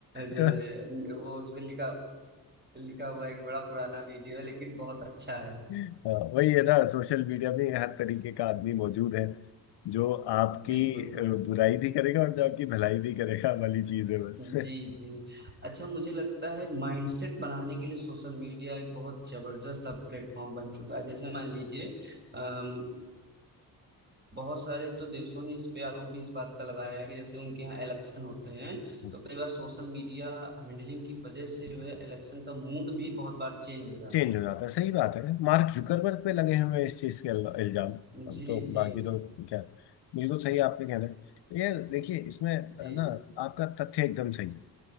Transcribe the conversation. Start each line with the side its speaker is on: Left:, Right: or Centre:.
Right: जो
Left: तो
Right: है वो उसमें लिखा लिखा हुआ है कि बड़ा पुराना वीडियो है लेकिन बहुत अच्छा है
Left: हाँ, वही है ना सोशल मीडिया में हर तरीके का आदमी मौजूद है जो आपकी
Right: बिल्कुल बिल्कुल
Left: अ, बुराई भी करेगा और जो आपकी भलाई भी करेगा वाली चीज है बस
Right: जी जी अच्छा मुझे लगता है माइंडसेट बनाने के लिए सोशल मीडिया एक बहुत जबरदस्त अब प्लेटफॉर्म बन चुका है जैसे मान लीजिए अम, बहुत सारे तो देशों ने इस पे आरोप भी इस बात का लगाया है कि जैसे उनके यहाँ इलेक्शन होते हैं
Left: <laughs>
Right: तो कई बार सोशल मीडिया हैंडलिंग की वजह से जो है इलेक्शन का मूड भी बहुत बार चेंज हो जाता
Left: चेंज
Right: है
Left: हो जाता है सही बात है मार्क जुकरबर्ग पे लगे हुए हैं इस चीज के इल- इल्जाम अब
Right: जी
Left: तो
Right: जी
Left: बाकी तो क्या बिल्कुल सही आपके कहना है ये देखिए इसमें है
Right: जी
Left: ना आपका तथ्य एकदम सही